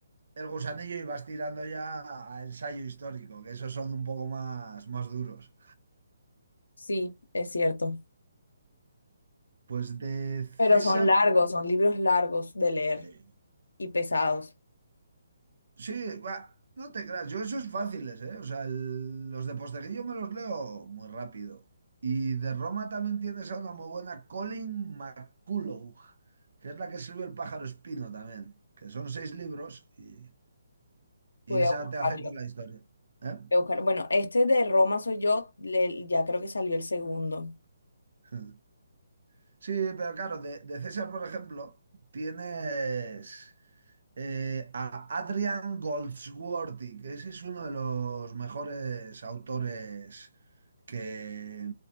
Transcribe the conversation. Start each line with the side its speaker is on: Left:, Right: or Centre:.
Right: el gusanillo y vas tirando ya a a ensayo histórico, que esos son un poco más, más duros.
Left: Sí, es cierto.
Right: Pues de César.
Left: Pero son largos, son libros largos de leer
Right: Sí.
Left: y pesados.
Right: Sí, va, no te creas, yo esos fáciles, ¿eh? O sea, el- los de Posteguillo me los leo muy rápido. Y de Roma también tienes a una muy buena Colin McCullough, que es la que escribió El pájaro espino también, que son seis libros y, y
Left: Voy
Right: esa
Left: a buscarlo.
Right: te hace toda
Left: Voy
Right: la historia. ¿eh?
Left: a buscar- Bueno, este de Roma soy yo, le- ya creo que salió el segundo.
Right: <laughs> Sí, pero claro, de, de César, por ejemplo, tienes. eh, a Adrian Goldsworthy, que ese es uno de los mejores autores que,